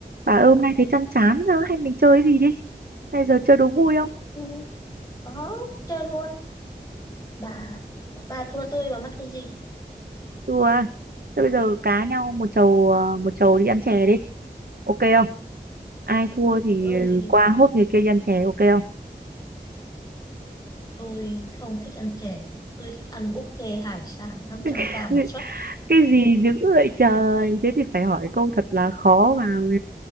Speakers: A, on the right (about 70°); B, on the left (about 20°).
A: Bà ơi, hôm nay thấy chăn chán sao ấy? hay mình chơi cái gì đi bây giờ chơi đố vui không
B: Ừ, có chơi luôn bà bà thua tôi bà mắc cái gì
A: đùa à? Thôi bây giờ cá nhau một chầu ờ, một chầu đi ăn chè đi ok không ai thua thì
B: tôi
A: ừ, qua hốt người kia đi ăn chè ok không
B: tôi không thích ăn chè tôi thích ăn buffet hải sản năm
A: <laughs>
B: trăm k
A: cái
B: một suất
A: cái gì dữ vậy trời thế thì phải hỏi câu thật là khó vào